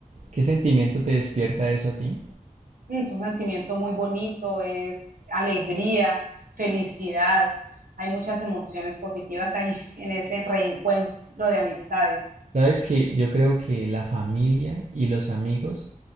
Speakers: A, on the right; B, on the right.
A: qué sentimiento te despierta eso a ti.
B: Mm, Es un sentimiento muy bonito, es alegría, felicidad. Hay muchas emociones positivas ahí <laughs> en ese reencuentro de amistades.
A: Sabes que yo creo que la familia y los amigos